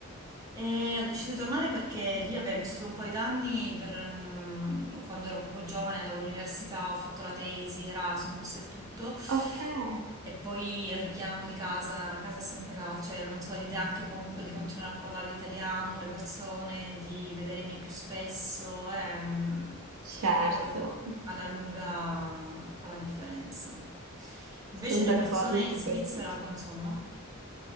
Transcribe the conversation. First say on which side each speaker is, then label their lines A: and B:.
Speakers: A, on the right (about 15°); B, on the right (about 65°).
A: E ho deciso di tornare perché lì avevo vissuto un paio d'anni per, mm, quando ero proprio giovane, andavo all'università, ho fatto la tesi, Erasmus e tutto.
B: Okay,
A: E poi il richiamo di casa, casa è sempre casa, cioè non so, l'idea anche comunque di continuare a parlare italiano, le persone, di vedermi più spesso, eh, mm,
B: certo,
A: credo alla lunga fa la differenza. Invece
B: son
A: le
B: d'accordo
A: persone
B: e
A: in
B: ti
A: Svizzera
B: capisco.
A: come sono?